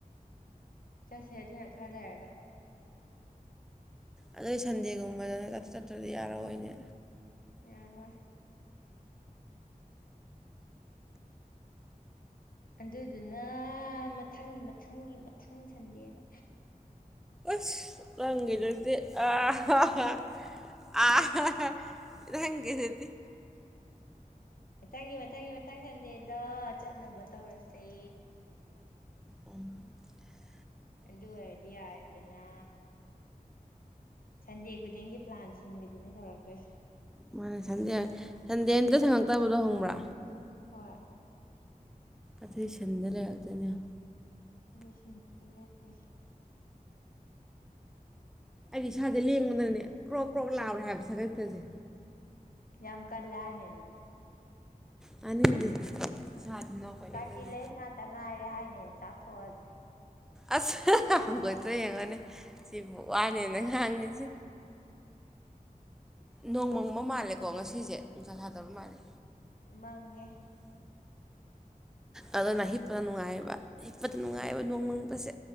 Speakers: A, on the left; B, in the centre.
A: ꯆꯠꯁꯦ ꯑꯗꯨꯅ ꯈꯔ ꯂꯩꯔꯒ
B: ꯑꯗꯨꯏ ꯁꯟꯗꯦꯒꯨꯝꯕꯗꯅꯦ ꯆꯠꯇ꯭ꯔꯗꯤ ꯌꯥꯔꯑꯣꯏꯅꯦ
A: ꯌꯥꯔꯣꯏ꯫ ꯑꯗꯨꯗꯨꯅ ꯃꯊꯪꯒꯤ ꯃꯊꯪꯒꯤ ꯃꯊꯪ ꯁꯟꯗꯦꯕ
B: ꯑꯁ ꯅꯪꯈꯤꯗꯗꯤ ꯑꯥꯍꯥꯥ ꯑꯥꯥꯥ ꯑꯦꯅꯖꯤꯒꯤ ꯗꯨꯗ꯫
A: ꯃꯊꯪꯒꯤ ꯃꯊꯪꯒꯤ ꯃꯊꯪ ꯁꯟꯗꯦꯗ ꯆꯠꯅꯕ ꯇꯧꯔꯁꯦ
B: ꯎꯝ <inaudible>
A: ꯑꯗꯨ ꯑꯣꯏꯔꯥ ꯗꯤ ꯌꯥꯔꯦ ꯗꯤꯅꯥ ꯁꯨꯟꯗꯦ ꯈꯨꯗꯤꯡ ꯒꯤ ꯄ꯭ꯂꯥꯟ ꯁꯤꯅꯕꯤ ꯗꯨꯅꯦ ꯇ꯭ꯔꯛꯇꯣꯏꯁ꯫
B: ꯃꯥꯅꯦ ꯁꯟꯗꯦ ꯁꯟꯗꯦ ꯑꯝꯇ ꯁꯪꯉꯛꯇꯕꯗꯣ ꯍꯪꯕ꯭ꯔꯥ
A: ꯍꯣꯏ
B: ꯑꯊꯩ ꯁꯤꯟꯗ ꯂꯩꯔꯛꯇꯣꯏꯅꯦ
A: ꯂꯤꯁꯤꯡ ꯆꯂꯦ ꯀ
B: ꯑꯩꯗꯤ ꯏꯁꯥꯁꯦ ꯂꯦꯡꯕꯗꯪꯅꯦ
A: ꯈꯪꯗꯦ
B: ꯀ꯭ꯔꯣꯛ ꯀ꯭ꯔꯣꯛ ꯂꯥꯛꯔꯦ
A: ꯎꯝ
B: ꯍꯥꯏꯕ ꯁꯒꯛꯇꯁꯦ
A: ꯌꯥꯝ ꯀꯜꯂꯅꯤ ꯑꯗꯨꯗꯤ
B: ꯇꯥꯅꯤꯡꯗꯦ ꯏꯁꯥꯗꯤ ꯅꯣꯛꯄꯅꯤ
A: ꯀꯥꯔꯇꯤꯂꯦꯟꯁ
B: ꯈꯪꯗꯦ
A: ꯉꯥꯛꯇ ꯉꯥꯏꯔꯦ ꯍꯥꯏꯅꯤꯅꯦ ꯆꯥꯊꯣꯛꯑꯁꯦ
B: ꯑꯁ ꯍꯪꯒꯣꯏꯇ꯭ꯔꯦ ꯌꯦꯡꯉꯣꯅꯦ ꯁꯤꯕꯨ ꯋꯥꯅꯦꯅ ꯉꯥꯡꯉꯤꯁꯦ ꯅꯣꯡꯃꯪꯕ ꯃꯥꯜꯂꯦꯀꯣ ꯉꯁꯤꯁꯦ ꯅꯨꯡꯁꯥ ꯁꯥꯗꯕ ꯃꯥꯜꯂꯦ
A: ꯃꯪꯉꯦ꯫
B: ꯑꯗꯨꯅ
A: ꯅꯨꯡꯁꯥ
B: ꯍꯤꯞꯄꯗ ꯅꯨꯡꯉꯥꯏꯕ ꯍꯤꯞꯄꯗ ꯅꯨꯡꯉꯥꯏꯕ ꯅꯣꯡ ꯕꯁꯦ